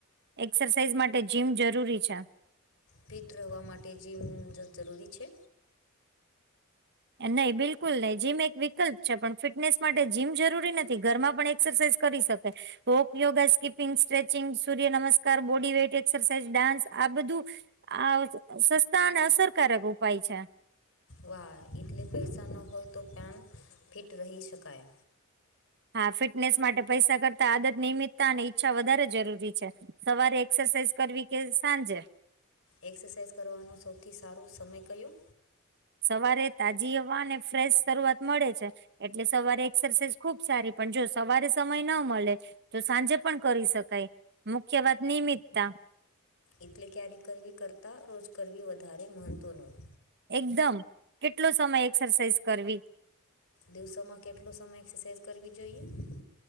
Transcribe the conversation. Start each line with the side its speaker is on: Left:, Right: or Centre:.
Right: એક્સરસાઇઝ માટે જીમ જરૂરી છે
Left: ફિટ રહેવા માટે જીમ જ જરૂરી છે?
Right: નહી, બિલકુલ નહી, જીમ એક વિકલ્પ છે, પણ ફિટનેસ માટે જીમ જરૂરી નથી, ઘરમાં પણ એક્સરસાઇઝ કરી શકે. હોક યોગા, સ્કીપિંગ, સ્ટ્રેચિંગ, સૂર્ય નમસ્કાર, બોડી વેઇટ, એક્સરસાઇઝ, ડાન્સ આ બધું આ સ સસ્તા અને અસરકારક ઉપાય છે.
Left: વાહ એટલે પૈસા ન હોય તો પેન ફિટ રહી શકાય.
Right: હા ફિટનેસ માટે પૈસા કરતા આદત, નિમિત્તા, અને ઈચ્છા વધારે જરૂરી છે. સવારે એક્સરસાઇઝ કરવી કે સાંજે.
Left: એક્સરસાઇઝ કરવાનો સૌથી સારો સમય કયો?
Right: સવારે તાજી હવાને ફ્રેશ શરૂઆત મળે છે. એટલે સવારે એક્સરસાઇઝ ખુબ સારી, પણ જો સવારે સમય ના મળે તો સાંજે પણ કરી શકાય, મુખ્ય વાત નિમિતતા.
Left: એટલે ક્યારેય કરવી કરતાં રોજ કરવી વધારે મહત્ત્વનું.
Right: એકદમ, કેટલો સમય એક્સરસાઇઝ કરવી?
Left: દિવસોમાં કેટલો સમય એક્સરસાઇઝ કરવી જોઈએ?